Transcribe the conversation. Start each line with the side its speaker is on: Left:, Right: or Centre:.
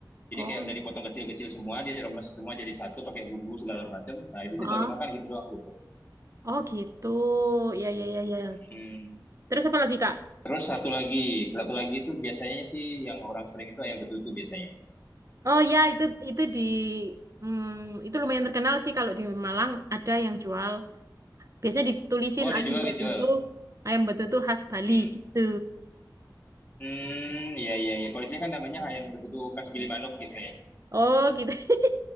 Left: Jadi
Right: oh
Left: kayak udah dipotong kecil-kecil semua, diremes semua jadi satu pakai bumbu segala macam. Nah itu
Right: ah.
Left: tinggal dimakan gitu doang gitu.
Right: oh gitu ya ya ya ya
Left: Hmm.
Right: terus apa lagi Kak
Left: Terus satu lagi, satu lagi itu biasanya sih yang orang sering itu ayam betutu biasanya.
Right: oh ya itu itu di hmm, itu lumayan terkenal sih kalau di Malang ada yang jual biasanya ditulisin
Left: Oh ada
Right: ayam
Left: juga
Right: betutu
Left: yang jual.
Right: ayam betutu khas Bali
Left: Hmm.
Right: gitu
Left: Hmm, iya iya iya. Kalau di sini kan namanya ayam betutu khas Gili Manuk gitu ya.
Right: Oh gitu. <laughs>